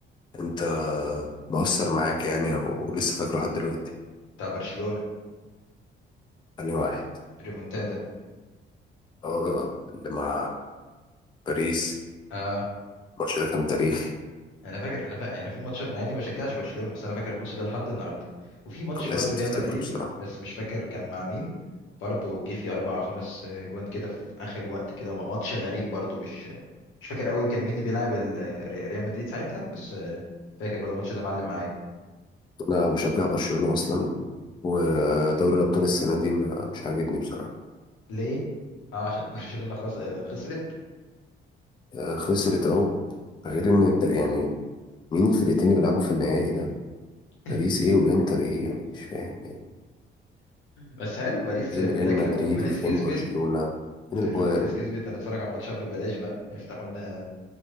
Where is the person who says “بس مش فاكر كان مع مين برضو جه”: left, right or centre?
Left